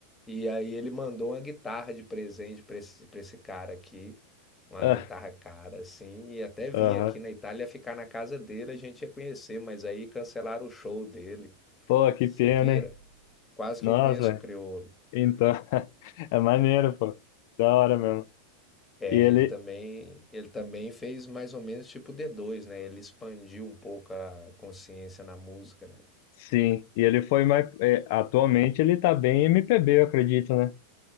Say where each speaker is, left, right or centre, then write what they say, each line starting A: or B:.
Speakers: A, on the left; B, on the left.
A: E aí ele mandou uma guitarra de presente pra esse, pra esse cara aqui, uma
B: Ah,
A: guitarra cara assim, e até vim
B: Aham.
A: aqui na Itália ficar na casa dele, a gente ia conhecer, mas aí cancelaram o show dele.
B: Pô, que
A: Você
B: pena,
A: pira?
B: hein?
A: Quase
B: Nossa,
A: que eu conheço o crioulo.
B: Então, <laughs> é maneiro, pô. Da hora mesmo.
A: É,
B: E ele,
A: ele também, ele também fez mais ou menos tipo D2, né? Ele expandiu um pouco a consciência na música, né?
B: sim, e ele foi mais. é, atualmente ele tá bem MPB, eu acredito, né?